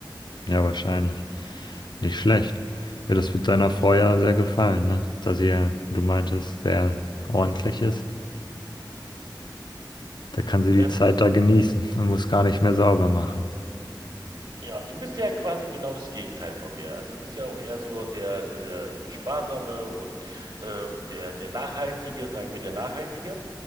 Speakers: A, on the left; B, on the right.
A: ja, wahrscheinlich. Nicht schlecht. Ja, das wird deiner Frau ja sehr gefallen, ne? Da sie ja, wie du meintest, sehr ordentlich ist. Da kann sie die
B: Ähm,
A: Zeit da genießen und muss gar nicht mehr sauber machen.
B: ja, du bist ja quasi genau das Gegenteil von mir. Also du bist ja auch eher so der, äh, der Sparsame und ähm, der, der Nachhaltige, sagen wir der Nachhaltige.